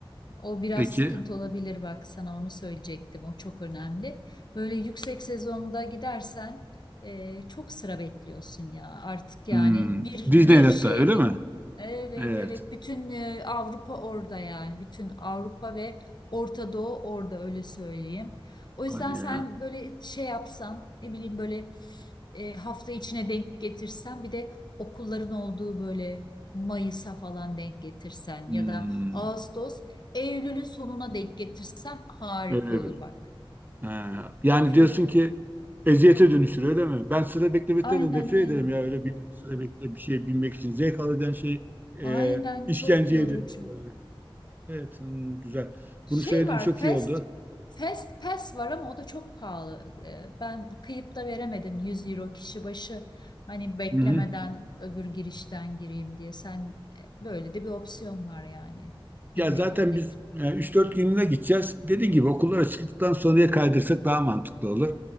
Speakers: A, on the left (about 50°); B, on the right (about 20°).
A: O biraz
B: peki.
A: sıkıntı olabilir bak sana onu söyleyecektim. O çok önemli. Böyle yüksek sezonda gidersen e, çok sıra bekliyorsun ya artık yani
B: Hmm,
A: bir
B: Disneyland'da
A: bir şeye
B: öyle
A: bin.
B: mi?
A: Evet
B: Evet.
A: evet bütün e, Avrupa orada yani bütün Avrupa ve Orta Doğu orada öyle söyleyeyim. O yüzden
B: Hadi
A: sen
B: ya.
A: böyle şey yapsan ne bileyim böyle e, hafta içine denk getirsen bir de okulların olduğu böyle Mayıs'a falan denk getirsen
B: Hmm,
A: ya da Ağustos Eylül'ün sonuna denk getirsem harika
B: öyle
A: olur
B: bir.
A: bak.
B: Ha, Yani
A: Çünkü
B: diyorsun ki eziyete
A: Hı.
B: dönüşür öyle mi? Ben sıra beklemekten
A: aynen
B: de nefret
A: aynen.
B: ederim ya öyle bir yerde sıra bekle bir şeye binmek için. Zevk alacağın şey e,
A: Aynen
B: işkenceye
A: çok yorucu.
B: dönüşür. Evet hmm, güzel.
A: Şey
B: Bunu söylediğin
A: var
B: çok
A: fast
B: iyi oldu.
A: fast pass var ama o da çok pahalı. Ee, Ben kıyıp da veremedim 100 euro kişi başı. Hani beklemeden
B: Hı-hı.
A: öbür girişten gireyim diye. Sen böyle de bir opsiyon var yani.
B: Ya
A: Bilmiyorum
B: zaten
A: nedir.
B: biz e, 3-4 günlüğüne gideceğiz. Dediğim gibi okullar açıldıktan sonraya kaydırsak daha mantıklı olur.